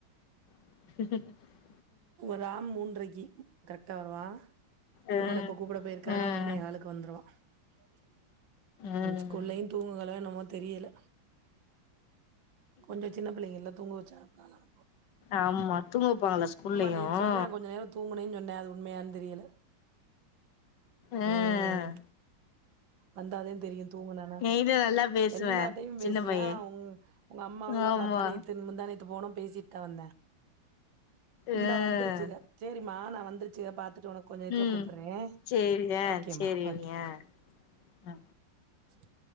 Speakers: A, on the left; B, on the right.
A: ச <inaudible>
B: ராம் மூன்றரைக்கி கரெக்டா வருவா <unintelligible>
A: ம் ம் ம்
B: உம் ஸ்கூல்லயையும் தூங்குங்களோ என்னம்மோ தெரியல கொஞ்சம் சின்ன பிள்ளைங்க எல்லாம் தூங்க ப்பட போ <inaudible>
A: ஆம்மா தூங்கப்பாங்களா ஸ்கூல்லயும்
B: நேத்து சொன்னே கொஞ்ச நேரோ தூங்குனேன்னு அது உண்மையான தெரியல
A: ம்
B: உம் வந்தாதேன் தெரியும் தூங்குனத
A: என்கிட்ட நல்லா பேசுவா
B: எல்லாதாதையும் பேசுவேன்
A: சின்ன பைய
B: உங்க அம்மாவல்லாம்
A: ஆமா
B: பத்தே முந்தாணேத்து போனோம் பேசிட்டு தா வந்தேன் இந்தா
A: ம்
B: வந்துருச்சுக சரிமா நான் வந்துருச்சுக பாத்து உனக்கு கொஞ்ச நேரத்துல
A: ம்
B: கூப்பறேன்
A: சேரி ஆ
B: ஓகேம்மா
A: சேரி
B: ஓகே
A: அண்ணி ஆ ஆ
B: உ